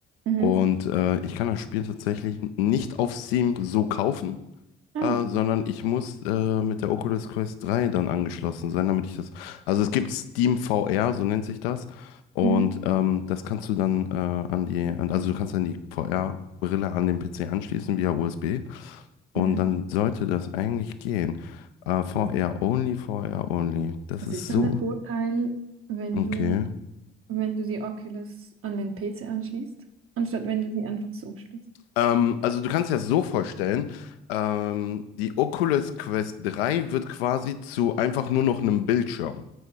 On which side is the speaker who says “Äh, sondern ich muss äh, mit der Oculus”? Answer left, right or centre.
Left